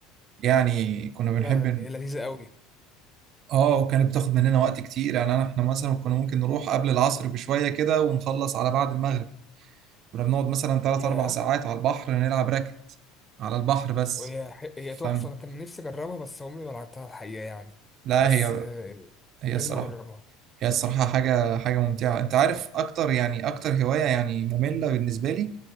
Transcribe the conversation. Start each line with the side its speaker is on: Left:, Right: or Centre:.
Right: يعني كنا بنحب
Left: فعلا هي لذيذة قوي
Right: اه وكانت بتاخد مننا وقت كتير يعني انا احنا مثلا كنا ممكن نروح قبل العصر بشوية كده ونخلص على بعد المغرب كنا بنقعد مثلا 3
Left: ياه
Right: 4 ساعات على البحر نلعب راكت على البحر بس
Left: وهي ح- هي تحفة
Right: فاهم
Left: أنا كان نفسي أجربها بس عمري ما لعبتها الحقيقة يعني
Right: لا
Left: بس
Right: هي
Left: آه،
Right: هي
Left: لازم
Right: الصراحة
Left: أجربها
Right: هي الصراحة حاجة حاجة ممتعة انت عارف اكتر يعني اكتر هواية يعني مملة بالنسبة لي